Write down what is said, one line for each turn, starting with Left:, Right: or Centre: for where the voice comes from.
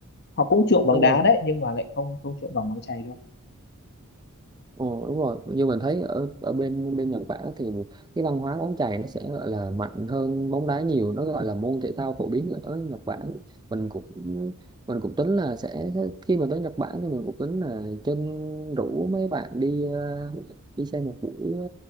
Left: họ cũng chuộng bóng
Right: đúng
Left: đá đấy nhưng mà lại không không chuộng bằng bóng chày đâu
Right: Ờ, đúng rồi như mình thấy ở ở bên bên Nhật Bản thì cái văn hóa bóng chày nó sẽ gọi là mạnh hơn bóng đá nhiều nó gọi là môn thể thao phổ biến ở Nhật Bản mình cũng mình cũng tính là sẽ khi mà tới Nhật Bản thì mình cũng tính là chân rủ mấy bạn đi ờ, đi xem một buổi ờ,